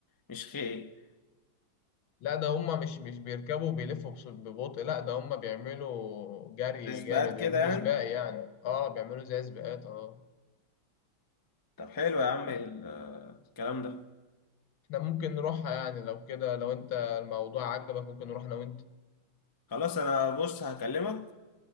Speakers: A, on the left; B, on the left.
A: مش خيل
B: لا ده هما مش مش بيركبوا وبيلفوا بص- ببطء لا ده هما بيعملوا جري
A: نسبات
B: جامد بيعملوا
A: كده يعني
B: سباق يعني اه بيعملوا زي سباقات اه
A: طب حلو يا عم
B: ف-
A: ال- الكلام ده
B: احنا ممكن نروحها يعني لو كده لو انت الموضوع عجبك ممكن نروح انا وانت
A: خلاص انا بص هكلمك